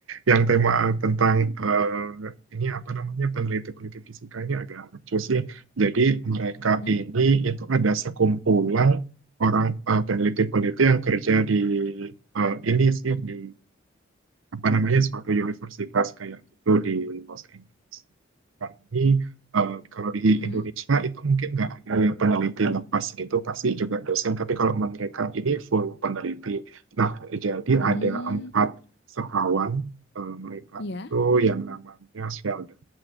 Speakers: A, on the right; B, on the left.
A: Yang tema tentang eh, ini apa namanya peneliti-peneliti fisika ini agak lucu sih. Jadi mereka
B: Heeh,
A: ini itu ada sekumpulan orang eh, peneliti-peneliti yang kerja di eh, ini sih di apa namanya suatu universitas kayak itu di Los Angeles. Kami eh, kalau di
B: mm-mm,
A: Indonesia itu mungkin nggak ada ya peneliti lepas gitu, pasti juga dosen. Tapi kalau mereka ini full peneliti. Nah, jadi
B: mm,
A: ada empat sekawan eh, mereka
B: Iya.
A: itu yang namanya Sheldon